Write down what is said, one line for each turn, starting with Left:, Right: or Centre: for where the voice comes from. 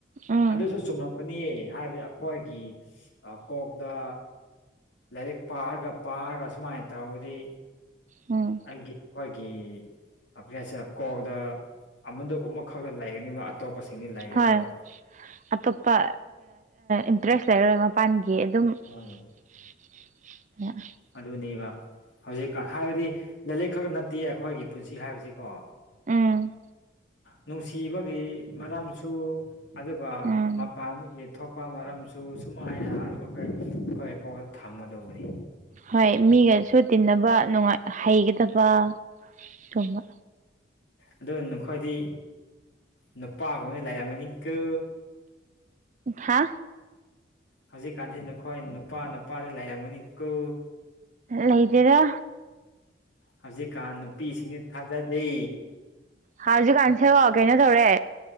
Right: ꯎꯝ
Left: ꯑꯗꯨꯁꯨ ꯆꯨꯝꯅ ꯒꯨꯅꯤꯌꯦ ꯍꯥꯏꯕꯗꯤ ꯑꯩꯈꯣꯏꯒꯤ ꯀꯣꯛꯗ ꯂꯥꯏꯔꯤꯛ ꯄꯥꯔꯒ ꯄꯥꯔꯒ ꯁꯨꯃꯥꯏꯅ ꯇꯧꯔꯤ
Right: ꯎꯝ
Left: ꯑꯩꯒꯤ ꯑꯩꯈꯣꯏꯒꯤ ꯒ꯭ꯔꯦꯁꯤꯌꯥ ꯀꯣꯛꯗ ꯑꯃꯗꯨ ꯑꯃꯈꯛꯇ ꯂꯩꯒꯅꯤꯕ ꯑꯇꯣꯞꯄꯁꯤꯡꯗꯤ ꯂꯩꯔꯔꯣꯏꯕ
Right: ꯍꯣꯏ ꯑꯇꯣꯞꯄ ꯏꯟꯇꯔꯦꯁ ꯂꯩꯔꯔꯣꯏ ꯃꯄꯥꯟꯒꯤ ꯑꯗꯨꯝ
Left: ꯍꯣꯏ
Right: <unintelligible>
Left: ꯑꯗꯨꯅꯦꯕ ꯍꯧꯖꯤꯛꯀꯥꯟ ꯍꯥꯏꯕꯗꯤ ꯂꯥꯂꯤꯛ ꯈꯛ ꯅꯠꯇꯦ ꯑꯩꯈꯣꯏꯒꯤ ꯄꯨꯟꯁꯤ ꯍꯥꯏꯕꯁꯤꯀꯣ
Right: ꯎꯝ
Left: ꯅꯨꯡꯁꯤꯕꯒꯤ ꯃꯔꯝꯁꯨ ꯑꯗꯨꯒ
Right: ꯎꯝ
Left: ꯃꯄꯥꯟꯗꯒꯤ ꯊꯣꯛꯄ ꯃꯔꯝꯁꯨ ꯁꯨꯃꯥꯏꯅ ꯑꯩꯈꯣꯏ ꯑꯩꯈꯣꯏ ꯀꯣꯛꯗ ꯊꯝꯒꯗꯧꯕꯅꯤ
Right: ꯍꯣꯏ ꯃꯤꯒꯁꯨ ꯇꯤꯟꯅꯕ ꯅꯨꯡꯉꯥꯏ ꯍꯩꯒꯗꯕ ꯁꯨꯝꯕ
Left: ꯑꯗꯨꯒ ꯅꯈꯣꯏꯗꯤ ꯅꯨꯄꯥꯒꯨꯝꯕꯅ ꯂꯥꯏꯔꯝꯒꯅꯤꯀꯨ
Right: ꯍꯥꯥ
Left: ꯍꯧꯖꯤꯛꯀꯥꯟꯁꯤ ꯅꯈꯣꯏ ꯅꯨꯄꯥ ꯅꯨꯄꯥꯅ ꯂꯥꯏꯔꯡꯒꯅꯤ ꯀꯨ
Right: ꯂꯩꯇꯦꯗ
Left: ꯍꯧꯖꯤꯛꯀꯥꯟ ꯅꯨꯄꯤꯁꯤꯡꯁꯤ ꯊꯥꯖꯗꯦ
Right: ꯍꯥꯖꯨꯛꯀꯥꯟꯁꯦꯔꯣ ꯀꯩꯅꯣ ꯇꯧꯔꯦ